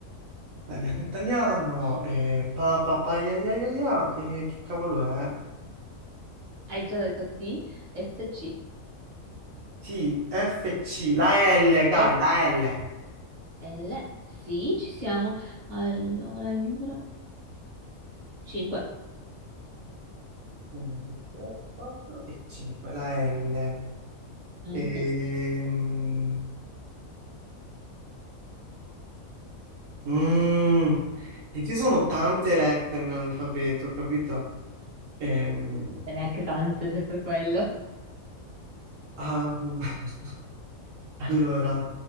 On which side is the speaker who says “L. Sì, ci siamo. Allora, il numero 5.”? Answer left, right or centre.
Right